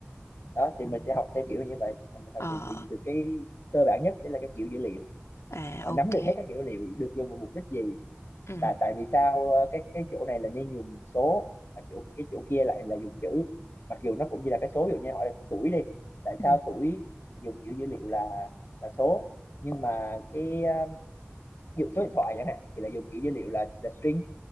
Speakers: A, on the left; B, on the left.
A: đó thì
B: ừ.
A: mình sẽ học theo kiểu như vậy Là mình học
B: ờ
A: từ từ, từ cái cơ bản nhất chính là cái kiểu dữ liệu
B: à
A: À, nắm
B: ok
A: được hết các kiểu dữ liệu được dùng vào mục đích gì
B: ừ
A: tại tại vì sao ờ, cái cái chỗ này là nên dùng số mà chỗ cái chỗ kia lại là dùng chữ mặc dù nó cũng như là cái số ví dụ như hỏi tuổi đi tại
B: Ừ.
A: sao tuổi dùng kiểu dữ liệu là là số nhưng mà cái ờ, ví dụ số điện thoại chẳng hạn thì là dùng kiểu dữ liệu là là string